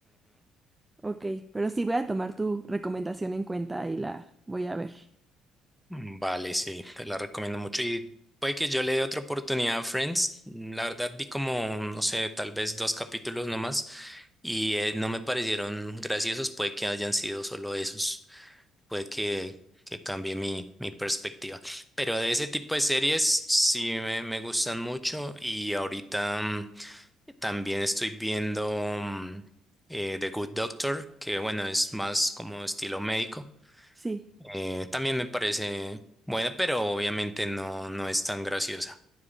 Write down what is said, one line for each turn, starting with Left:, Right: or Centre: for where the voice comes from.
Right: ok. Pero sí voy a tomar tu recomendación en cuenta y la voy a ver.
Centre: Mm, Vale, sí, te la recomiendo mucho. Y puede que yo le dé otra oportunidad a Friends. Mm, La verdad vi como, no sé, tal vez dos capítulos nomás y eh, no me parecieron graciosos. Puede que hayan sido solo esos. Puede que, que cambie mi, mi perspectiva. Pero de ese tipo de series sí me, me gustan mucho y ahorita mm, también estoy viendo mm, eh, The Good Doctor, que bueno, es más como estilo médico
Right: Sí.
Centre: eh, también me parece buena, pero obviamente no, no es tan graciosa.